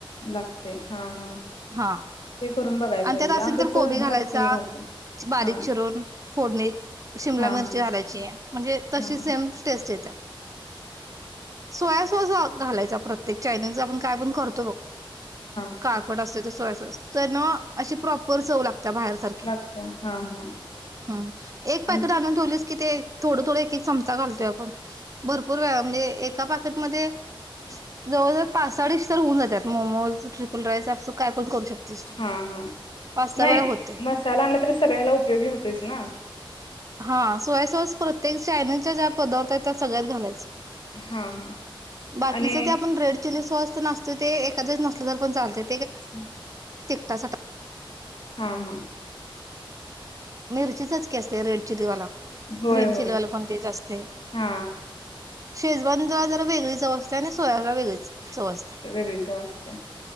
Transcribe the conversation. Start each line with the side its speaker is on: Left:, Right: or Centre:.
Left: लागते. हा हा
Right: हा
Left: ते करून बघाय
Right: आणि
Left: पाहिजे
Right: त्यात
Left: आमच्यात
Right: असल तर कोबी
Left: भात
Right: घालायचा
Left: लय राहतोय
Right: बारीक
Left: हा
Right: चिरून फोडणीत, शिमला
Left: हा
Right: मिरची
Left: हा
Right: घालायची म्हणजे तशी
Left: हा हा
Right: सेम टेस्ट येत्या. सोया तस घालायचा प्रत्येक चायनीज च आपण काय पण करतो बघ.
Left: हा
Right: काळपट असतय सोया सॉस. <unintelligible> अशी प्रॉपर चव लाग त्या बाहेर सारखी.
Left: लागत्या हा हा
Right: हं. एक
Left: आणि
Right: पाकीट आणून ठेवलीस कि ते थोडं थोड एक, एक चमचा घालतोय आपण भरपूर वेळा म्हणजे एका पाकेटमध्ये जवळजवळ पाच, सहा डिश तर होऊन जाते. त्यात मोमोज बुलस आप <unintelligible> काय पण करू शकतेस तू.
Left: हा हा
Right: पाच सहा
Left: नाही.
Right: वेळा होते
Left: मसाला आणला तरी सगळ्याला उपयोगी होतोयच ना.
Right: हा. सोया सॉस प्रत्येक चायनीजच्या ज्या पदार्थ आहेत त्या सगळ्यात घालायच.
Left: हा हा
Right: बाकीच
Left: आणि
Right: ते आपण रेड चिली सॉस ते असतय ते एखाद्या वेळेस नसल तर पण चालतय.
Left: हम् <unintelligible>
Right: तिखटासाठी
Left: हा हा.
Right: मिरचीचच की असतय रेड चिली वाला.
Left: होय
Right: ग्रीन
Left: होय
Right: चिली वाला पण तेच असतय.
Left: हा
Right: शेजवान ला जरा वेगळीच चव असत्या आणि सोयाला वेगळीच. चव असते
Left: वेगळी चव असत्या.